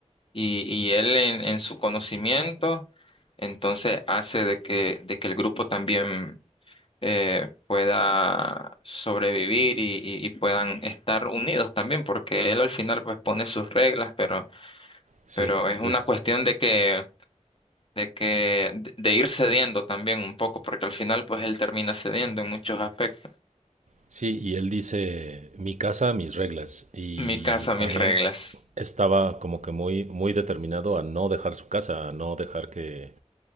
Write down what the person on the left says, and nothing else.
y, y él en, en su conocimiento, entonces hace de que, de que el grupo también eh, pueda sobrevivir y, y- y puedan estar unidos también, porque él al final pues pone sus reglas, pero,
pero es
una cuestión de que de que de, de ir cediendo también un poco, porque al final pues él termina cediendo en muchos aspectos.
Mi casa, mis
reglas.